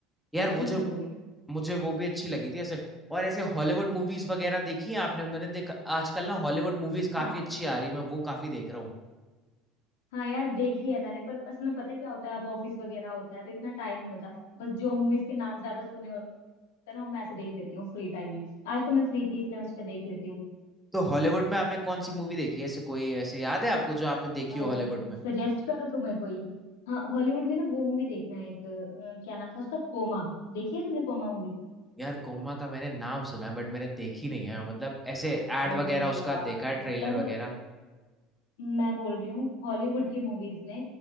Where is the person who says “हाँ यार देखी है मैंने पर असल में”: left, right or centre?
Left